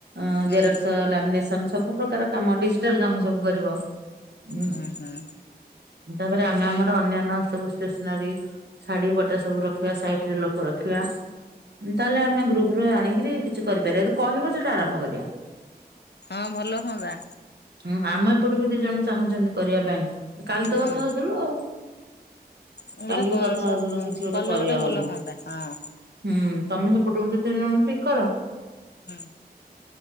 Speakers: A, on the right; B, on the left.
A: ଅଁ
B: ହୁଁ
A: ଜେରକ୍ସ ଲାମିନେସନ ସବୁ ପ୍ରକାର କାମ ଡିଜିଟାଲ କାମ ସବୁ କରିବ। ମୁଁ
B: ହୁଁ ହୁଁ
A: ତାପରେ ଆମେ ଆମର ଅନ୍ୟାନ୍ୟ ସବୁ ଷ୍ଟେସନାରୀ ଶାଢୀ ପଟା ସବୁ ରଖିବା ସାଇ <unintelligible> ଲୋକ ରଖିବା। ତାହେଲେ ଆମେ ଗ୍ରୁପରୁ ଆଣିକିରି କିଛି କରିପାରିବା ଜଦି କହିବ ସେଇଟା ଆରମ୍ଭ କରିବା।
B: ହଁ ଭଲ ହୁଅନ୍ତା।
A: ହୁଁ ଆମ ଏପଟକୁ ଦି ଜଣ ଚାହୁଁଛନ୍ତି କରିବା ପାଇଁ। କାଲି
B: ହୁଁ
A: ତ କଥା ହଉଥିଲୁ ଆଉ।
B: ଗୋଟେ
A: କାଲି ବି କଥା ହଉଥିଲୁ କିଛି ଗୋଟେ
B: କଲେ
A: କରିବା
B: ଭଲ
A: ବୋଲି।
B: ହୁଅନ୍ତା ହଁ
A: ହୁଁ ତମେ ସେପଟରୁ ଦି ତିନି ଜଣ ଠିକ୍ କର।
B: ହୁଁ।